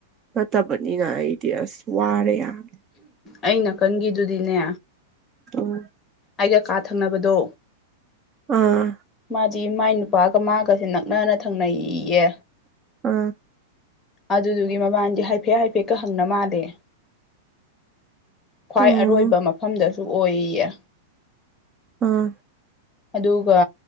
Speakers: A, on the right; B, on the left.
A: ꯅꯠꯇꯕꯅꯤꯅ ꯑꯩꯗꯤ ꯑꯁ ꯋꯥꯔꯦ ꯌꯥꯝ
B: ꯑꯩ ꯅꯥꯀꯟꯒꯤꯗꯨꯗꯤꯅꯦ
A: ꯎꯝ
B: ꯑꯩꯒ ꯀꯥ ꯊꯪꯅꯕꯗꯣ
A: ꯑꯥ
B: ꯃꯥꯗꯤ ꯃꯥꯏ ꯅꯨꯄꯥꯒ ꯃꯥꯒꯁꯦ ꯅꯛꯅꯅ ꯊꯪꯅꯩꯌꯦ
A: ꯑꯥ
B: ꯑꯗꯨꯗꯨꯒꯤ ꯃꯕꯥꯟꯗꯤ ꯍꯥꯏꯐꯦꯠ ꯍꯥꯏꯐꯦꯠꯀ ꯍꯪꯅ ꯃꯥꯜꯂꯦ ꯈ꯭ꯋꯥꯏ
A: ꯑꯣ
B: ꯑꯔꯣꯏꯕ ꯃꯐꯝꯗꯁꯨ ꯑꯣꯏꯌꯦ
A: ꯑꯥ
B: ꯑꯗꯨꯒ